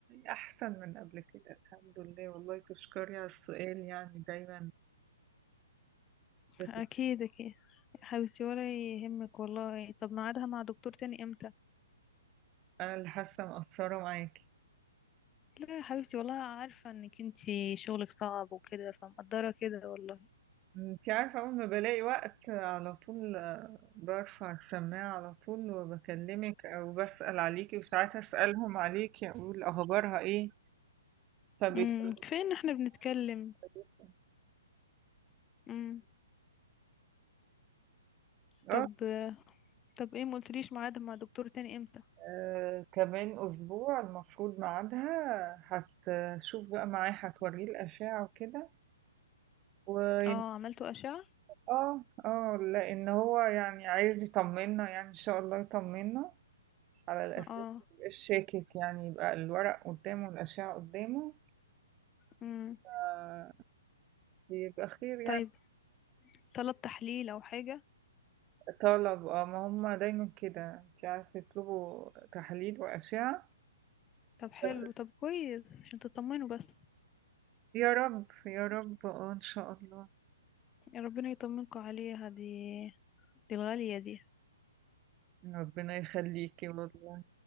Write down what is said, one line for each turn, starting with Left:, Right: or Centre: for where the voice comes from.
Right: أحسن من قبل كده الحمد لله والله تشكري على السؤال يعني دايما بتبقى
Left: اكيد اكيد يا حبيبتي ولا يهمك والله طب ميعادها مع دكتور تاني امتى
Right: أنا اللي حاسة مقصرة معاكي
Left: لا يا حبيبتي والله عارفة انك انتي شغلك صعب وكده فمقدرة كده والله
Right: انت عارفة أول ما بلاقي وقت على طول آه، برفع السماعة على طول وبكلمك أو بسأل عليكي وساعات أسألهم عليكي أقول أخبارها إيه فبيكونوا
Left: امم كفاية ان احنا بنتكلم
Right: كويسة.
Left: امم
Right: اه
Left: طب طب ايه ما قلتليش ميعاد مع دكتور تاني امتى
Right: آه، كمان أسبوع المفروض ميعادها هتشوف بقى معاه هتوريه الأشعة وكده و
Left: اه عملتوا أشعة
Right: اه اه لأن هو يعني عايز يطمنا يعني إن شاء الله يطمنا على الأساس
Left: اه
Right: ميبقاش شاكك يعني يبقى الورق قدامه والأشعة قدامه
Left: امم
Right: آه، بيبقى خير يعني
Left: طيب طلب تحليل او حاجة
Right: طلب اه ما هم دايما كده انت عارفة يطلبوا تحاليل وأشعة
Left: طب حلو
Right: بس
Left: طب كويس عشان تطمنوا بس
Right: يا رب يا رب اه ان شاء الله
Left: يا ربنا يطمنكوا عليها دي دي الغالية دي
Right: ربنا يخليكي والله